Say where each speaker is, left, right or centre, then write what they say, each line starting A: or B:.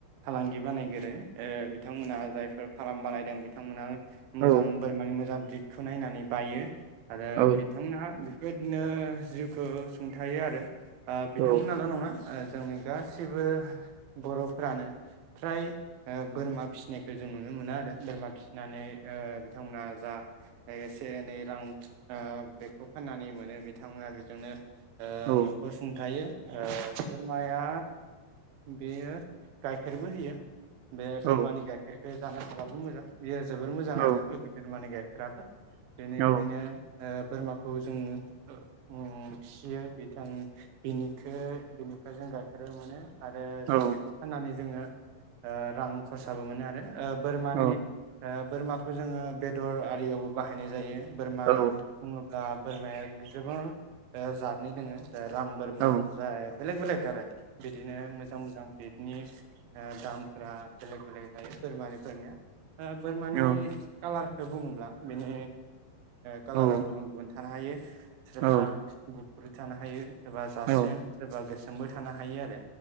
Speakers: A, on the right; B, on the right.
A: फालांगि बानायगोरि बिथांमोना जायफोर फाराम बानायदों बिथांमोना मोजां
B: औ
A: बोरमानि मोजां गिदखौ नायनानै बायो आरो
B: औ
A: बिथांमोनहा बेबायदिनो जिउखौ सुंथायो आरो ओ बिथांमोनाल'
B: औ
A: नङा ओ जोंनि गासिबो बर'फ्रानो फ्राय बोरमा फिसिनायखौ जों नुनो मोनो आरो बोरमा फिसिनानै ओ बिथांमोना जा एसे एनै रां ओ बेखौ फाननानै मोनो बिथांमोना बेजोंनो ओ
B: औ
A: नख'र सुंथायो ओ बोरमाया बेयो गाइखेरबो होयो बे
B: औ
A: बोरमानि गाइखेर खो जानो हाबाबो मोजां बेयो जोबोर मोजां
B: औ
A: आरो बोरमानि गाइ खेराबो बेनिखायनो
B: औ
A: बोरमाखौ जों ओं फियो बिथां बिनिखो बिनिफ्राय जों गाइखेरबो मानो। आरो
B: औ
A: जा बेखौ फाननानै जोङो। रां खरसाबो मोनो आरो। ओ बोरमानि
B: औ
A: ओ। बोरमाखो जोङो बेदर आरियावबो बाहायनाय जायो। बोरमा।
B: औ
A: बङोब्ला। बोरमाया जबां ओ जादनि दोङो। ओ राम बोरमा
B: औ
A: जाय बेलेग बेलग गारो। बिदिनो मोजां मोजां <unintelligible> नि ओ दामफोरा बेलेग बेलेग थायो बोरमानिफोरनिया। ओ बोरमानि
B: औ
A: कालार खो बुङोब्ला बेनि कालारा
B: ओ
A: गुबुन गुबुन थानो हायो। सोरबा
B: औ
A: गु <unintelligible> थानो हायो। एबा जास्रें
B: औ
A: सोरबा गोसो मबो थानो हायो आरो।